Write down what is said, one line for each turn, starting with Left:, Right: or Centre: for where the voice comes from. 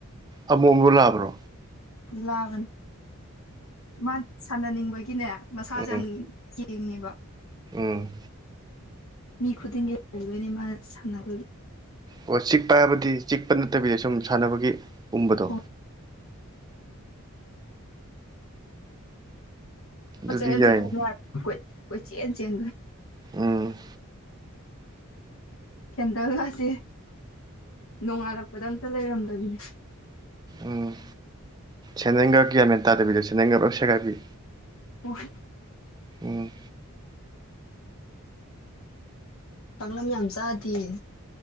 Right: ꯑꯃꯣꯝꯂꯤ ꯂꯥꯛꯑꯕ꯭ꯔꯣ꯫
Left: ꯂꯥꯕꯅꯦ ꯃꯥ ꯁꯥꯟꯅꯅꯤꯡꯕꯒꯤꯅꯦ ꯃꯁꯥꯁꯦ
Right: ꯎꯝ
Left: ꯌꯥꯝ ꯌꯦꯡꯉꯤꯕ꯫
Right: ꯎꯝ꯫
Left: ꯃꯤ ꯈꯨꯗꯤꯡꯒꯤ ꯎꯝꯗꯣꯏꯅꯤ ꯃꯥꯅꯁꯥꯟꯅꯕꯒꯤ꯫
Right: ꯑꯣ ꯆꯤꯛꯄ ꯍꯥꯏꯕꯗꯤ ꯆꯤꯛꯄ ꯅꯠꯇꯕꯤꯗ ꯁꯨꯝ ꯁꯥꯟꯅꯕꯒꯤ ꯎꯝꯕꯗꯣ꯫
Left: ꯍꯣꯏ
Right: ꯑꯗꯨꯗꯤ
Left: ꯄꯣꯠ ꯆꯩ ꯑꯃꯇ
Right: ꯌꯥꯏꯅꯦ
Left: ꯊꯥꯝꯃꯔꯣꯏ ꯀꯣꯏ ꯀꯣꯏꯆꯦꯟ ꯆꯦꯟꯕ꯫
Right: ꯎꯝ꯫
Left: ꯀꯦꯟꯗꯥꯜꯒꯥꯁꯤ꫰꫰ ꯅꯣꯡꯉꯥꯜꯂꯛꯄꯗ ꯑꯝꯇ ꯂꯩꯔꯝꯗꯕꯤꯅꯤ꯫
Right: ꯎꯝ ꯁꯦꯟꯗꯟꯒ ꯒꯤꯌꯥꯟꯃꯦꯟ ꯇꯥꯗꯕꯤꯗꯣ ꯁꯦꯟꯗꯟꯒ ꯄꯨꯂꯞ ꯁꯦꯒꯥꯏꯕꯤ꯫
Left: <unintelligible>
Right: ꯎꯝ꯫
Left: ꯀꯥꯡꯂꯝ ꯌꯥꯝ ꯆꯥꯗꯦꯌꯦ꯫